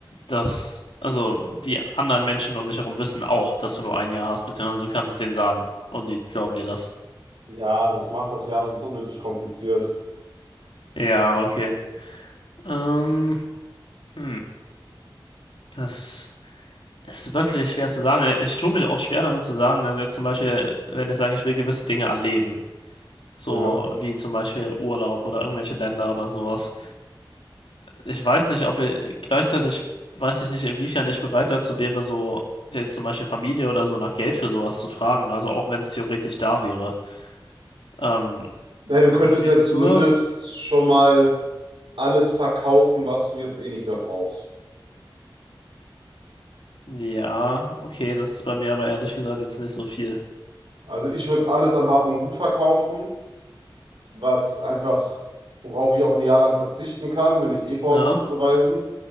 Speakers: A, on the left (about 80°); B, on the right (about 75°).
A: dass also die anderen Menschen um dich herum wissen auch, dass du nur ein Jahr hast, beziehungsweise du kannst es denen sagen und die glauben dir das?
B: Ja, das macht das Jahr sonst unnötig kompliziert.
A: Ja, okay. Ähm, hm, das ist wirklich schwer zu sagen. Ich tue mich auch schwer damit zu sagen. Also jetzt zum Beispiel, wenn ich sage, ich will gewisse Dinge erleben, so
B: Ja.
A: wie zum Beispiel Urlaub oder irgendwelche Länder oder sowas. ich weiß nicht, ob er gleichzeitig weiß ich nicht, inwiefern ich bereit dazu wäre, so jetzt zum Beispiel Familie oder so nach Geld für sowas zu fragen. Also auch wenn es theoretisch da wäre. Ähm,
B: Na, du könntest
A: was, wie
B: jetzt
A: siehst
B: zumindest
A: du das?
B: schon mal alles verkaufen, was du jetzt eh nicht mehr brauchst.
A: Ja, okay, das ist bei mir aber ehrlich gesagt jetzt nicht so viel.
B: Also ich würde alles an Hab und Gut verkaufen was einfach, worauf ich auch ein Jahr lang verzichten kann, wenn ich eh vorhabe,
A: Ja,
B: viel zu reisen.